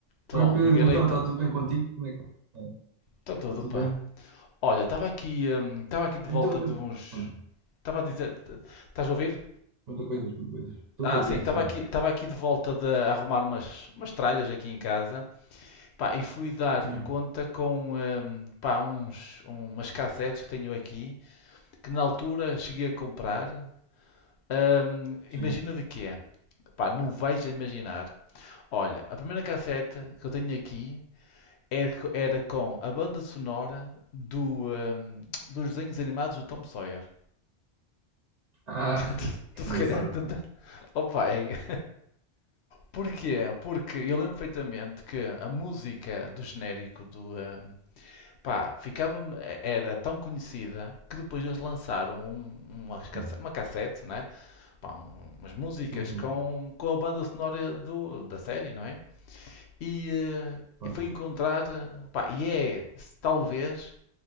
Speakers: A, on the left; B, on the right.
A: Então,
B: Oi Pedro,
A: Miguelito,
B: então está tudo bem contigo? Como é que está?
A: está tudo,
B: Está tudo
A: pá.
B: bem?
A: Olha, estava aqui, hum, estava aqui de
B: Então,
A: volta de
B: eu-
A: uns.
B: conta,
A: Estava a dizer. Estás a ouvir?
B: conta coisas, conta coisas. Estou
A: Ah,
B: a ouvir,
A: sim, estava
B: sim.
A: aqui, estava aqui de volta de arrumar umas, umas tralhas aqui em casa, pá, e fui dar
B: Sim,
A: conta com, hum, pá, uns, um, umas cassetes que tenho aqui, que na altura cheguei a comprar. Hum,
B: sim.
A: imagina de quê? Pá, não vais a imaginar. Olha, a primeira cassete que eu tenho aqui era, era com a banda sonora do, hum, dos desenhos animados do Tom Sawyer.
B: Ah,
A: <laughs>
B: <laughs> que
A: Tu se
B: engraçado.
A: calhar. Opa, é... Porquê? Porque eu lembro perfeitamente que a música do genérico do. hum, pá, ficava, era tão conhecida que depois eles lançaram um- uma,
B: Sim,
A: uma cassete, né? Pá, um- umas músicas
B: sim, sim.
A: com, com a banda sonora do, da série, não é? E, eh,
B: Pá,
A: e foi encontrar. eh, Pá, e é talvez